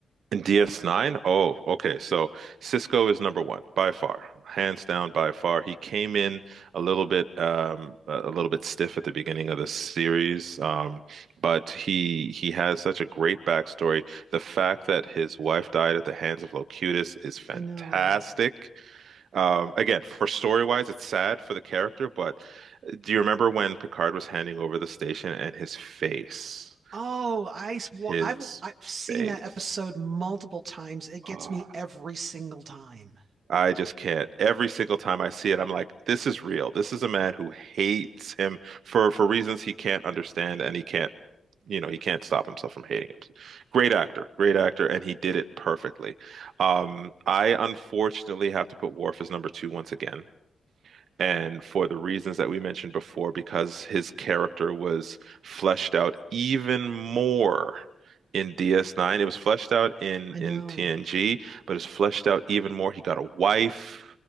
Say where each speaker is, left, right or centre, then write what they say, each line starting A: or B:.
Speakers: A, on the right (about 70°); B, on the right (about 50°).
A: And DS9? Oh, okay. So Cisco is number one by far, hands down by far. He came in a little bit, um, a a little bit stiff at the beginning of the series, um, but he he has such a great backstory. The fact that his wife died at the hands of Locutus is fantastic.
B: I know.
A: Um, again, for story-wise, it's sad for the character, but uh, do you remember when Picard was handing over the station and his face,
B: Oh, I, s- wa-
A: his
B: I've, I've seen
A: face?
B: that episode multiple times. It gets
A: Ah.
B: me every single time.
A: I just can't. Every single time I see it, I'm like, this is real. This is a man who hates him for for reasons he can't understand and he can't, you know, he can't stop himself from hating him. Great actor, great actor, and he did it perfectly. Um, I unfortunately have to put Worf as number two once again. And for the reasons that we mentioned before, because his character was fleshed out even more in DS9, it was fleshed out in
B: I know.
A: in TNG, but it's fleshed out even more. He got a wife,